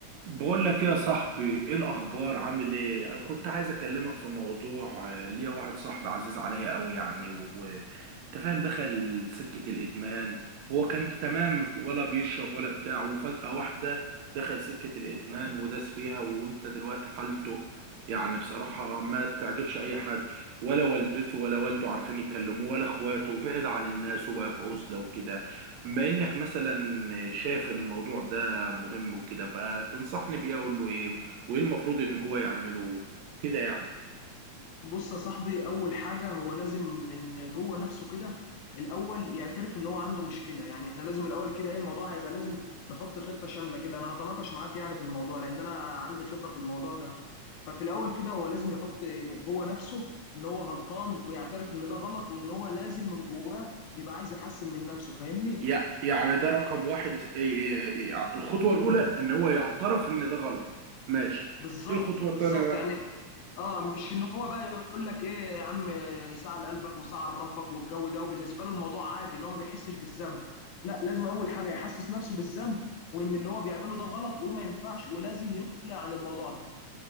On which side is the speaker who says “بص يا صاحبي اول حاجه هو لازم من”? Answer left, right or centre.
Left